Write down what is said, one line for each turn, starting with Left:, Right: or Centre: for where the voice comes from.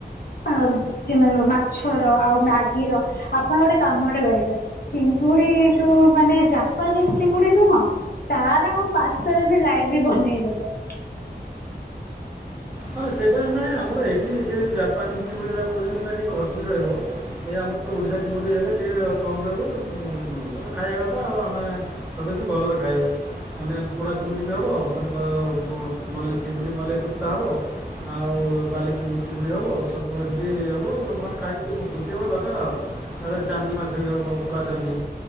Left: ଆବେ ହେଛି ମାଛର ଆଉ ମ୍ୟାଗିର ଆପଣ ଗୋଟେ କାମଟେ କରିବେ। ଚିଙ୍ଗୁଡି ଯୋଉ ମାନେ ଜାପାନି ଚିଙ୍ଗୁଡି ନୁହଁ। ତାର ଆଉ ପାସ୍ତାରେ ବି ଲାଇ ବି ବନେଇଦେମି।
Centre: ହଁ ସେଇଟା ନାହିଁ ଆମର ଏଇଠି ସେ ଜାପାନିଜ ଚିଙ୍ଗୁଡ଼ି କହୁଛନ୍ତି ସେଇଟା ଟିକେ କଷ୍ଟଲି ରହିବ। ଏଇ ଆମର ଓଡିଆ ଚିଙ୍ଗୁଡି ହେଲେ ଟିକେ କମ ରହିବ ଲୋକ ତ ଖାଇବା କଥା ଆଉ ଆମେ ଲୋକ ବି ଭଲରେ ଖାଇବେ। ମାନେ ପୋଡ଼ା ଚିଙ୍ଗୁଡ଼ି ଟେ ହେବ ମାନେ ବୋଲି ଚିଙ୍ଗୁଡ଼ି ମଲ୍ଲେଇ କୁପ୍ତା ହବ। ଆଉ ବାଲି ଚିଙ୍ଗୁଡ଼ି ହବ ସବୁ ଏମିତି ହବ ଲୋକମାନେ ଖାଇକି ଖୋସି ହବା ଦରକାର ଆଉ। ତାରେ ଚାନ୍ଦି ମାଛ ବି ହବ ପୋଡ଼ା ଚାନ୍ଦି